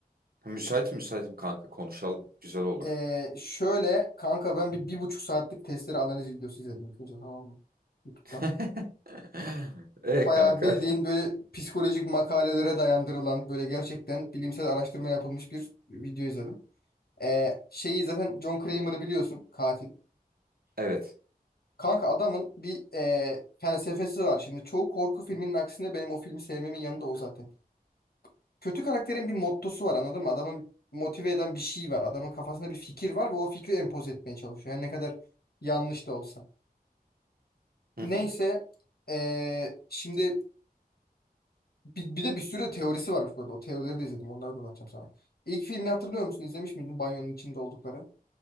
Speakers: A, on the right; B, on the left.
A: hı. Müsaitim müsaitim kanka konuşalım. Güzel olur.
B: Eee, şöyle kanka ben bir, bir buçuk saatlik Testere analiz videosu izledim. ilk önce, Tamam mı? YouTube'dan.
A: <laughs> E
B: Bayağı
A: kanka.
B: bildiğin böyle psikolojik makalelere dayandırılan böyle gerçekten bilimsel araştırma yapılmış bir video izledim. Ee, şeyi zaten John Kramer'ı biliyorsun katil.
A: Evet.
B: Kanka adamın bir e, felsefesi var. Şimdi çoğu korku filminin aksine benim o filmi sevmemin yanında o zaten. Kötü karakterin bir mottosu var anladın mı? Adamın motive eden bir şey var. Adamın kafasında bir fikir var ve o fikri empoze etmeye çalışıyor. Yani ne kadar yanlış da olsa.
A: Hı
B: Neyse
A: hı.
B: e, şimdi bir, bir de bir sürü teorisi varmış burada. O teorileri de izledim. Onları da anlatacağım sana. İlk filmi hatırlıyor musun? İzlemiş miydin? Banyonun içinde oldukları.